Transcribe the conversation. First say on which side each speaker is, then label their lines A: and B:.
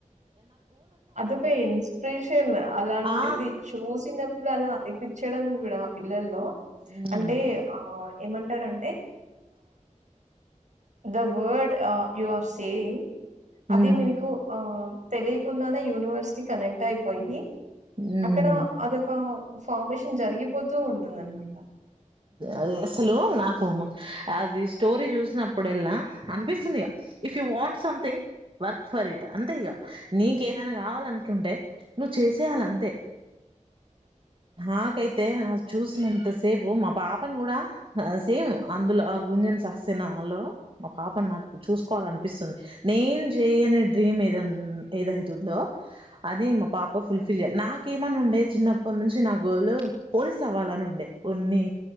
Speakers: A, on the right; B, on the right.
A: అదొక ఇన్స్పిరేషన్ అలాంటిది
B: ఆ
A: చూసినప్పుడు అలా అనిపి చ్చడం కూడా పిల్లల్లో
B: మ్
A: అంటే ఆ ఏమంటారంటే the word you are saying
B: మ్
A: అది మీకు ఆ తెలియకుండానే యూనివర్స్ కి కనెక్ట్ అయిపోయి
B: మ్
A: అక్కడ అదొక ఫార్మేషన్ జరిగిపోతూ ఉంటుందన్నమాట
B: అ అసలు నాకు అది స్టోరీ చూసినప్పుడు ఎల్లా అనిపిస్తుంది if you want something work for it అంతే ఇగా నీకేదైనా కావాలనుకుంటే నువ్వు చేసేయాలే అంతే
A: <inaudible>
B: నాకైతే చూసినంత సేపు మా పాపని కూడా సేమ్ అందులో ఆ గుంజని సక్సెనలో మా పాపను నాకు చూసుకో అనిపిస్తుంది నేను చేయనే డ్రీమ్ ఏదన్నా ఏదైతుందో అది మా పాప ఫుల్ ఫిల్ చేయాలి నాకేమని ఉండే చిన్నప్పటి నుంచి నా గోలు పోలీస్ అవ్వాలని ఉండే కొన్ని